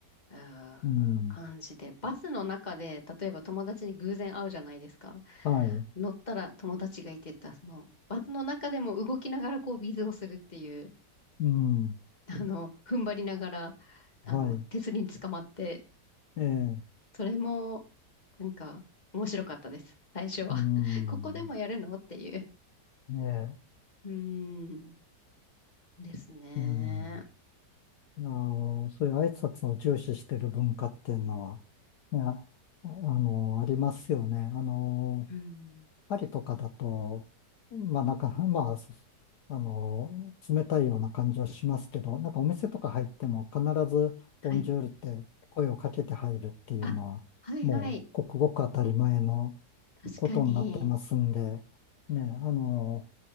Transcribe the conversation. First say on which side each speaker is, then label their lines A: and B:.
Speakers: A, on the left; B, on the left.
A: あー感じで。
B: うん、
A: バスの中で、例えば友達に偶然会うじゃないですか。
B: はい、
A: 乗ったら友達がいてた、その、バスの中でも動きながらこうビズをするっていう、
B: うん、
A: あの、踏ん張りながら、あの、
B: はい、
A: 手すりにつかまって
B: ええ、
A: それも、なんか、面白かったです。最初は。
B: うん、
A: <laughs> ここでもやるのっていう。
B: ええ。
A: うーん。ですね。
B: うん、あの、そういう挨拶を重視してる文化っていうのは、ね、ああの、ありますよね。あの、
A: うん。
B: パリとかだと、まあ、なんか、まあ、そあの、冷たいような感じはしますけど、なんかお店とか入っても必ず、
A: はい。
B: ボンジュールって声をかけて入るっていうのは、
A: あ、はいはい。
B: もう、ごくごく当たり前の
A: 確かに。
B: ことになってますんで、ね、あの、